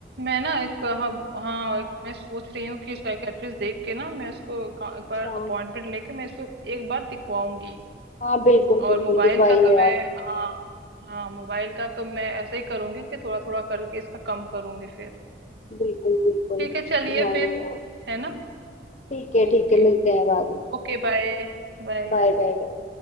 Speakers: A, on the right (about 65°); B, on the left (about 40°).
A: मैं ना एक हाँ हाँ, एक मैं सोच रही हूँ कि साइकेट्रिस्ट देख के ना मैं इसको का- एक
B: अच्छा
A: बार अपॉइंटमेंट लेके मैं इसको एक बार दिखवाऊंगी
B: हाँ बिल्कुल बिल्कुल
A: और मोबाइल
B: दिखवाइए
A: का तो मैं
B: आप
A: हाँ हाँ मोबाइल का तो मैं ऐसे ही करूंगी कि थोड़ा थोड़ा करके इसका कम करूंगी फिर
B: बिल्कुल बिल्कुल
A: ठीक है चलिए
B: ध्यान
A: फिर
B: दें आप
A: है ना
B: ठीक है
A: ओके
B: ठीक है मिलते हैं बाद में
A: Okay bye बाय
B: Bye bye bye